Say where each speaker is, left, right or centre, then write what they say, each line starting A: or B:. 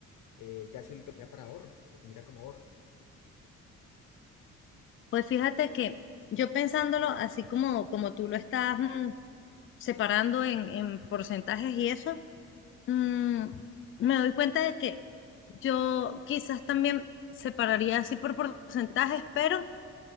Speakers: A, on the left (about 85°); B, on the left (about 40°).
A: eh, ya sí lo tendría para ahorro, lo tendría como ahorro.
B: pues fíjate que yo pensándolo así como, como tú lo estás mm, separando en, en porcentajes y eso, mm, me doy cuenta de que yo quizás también separaría así por porcentajes, pero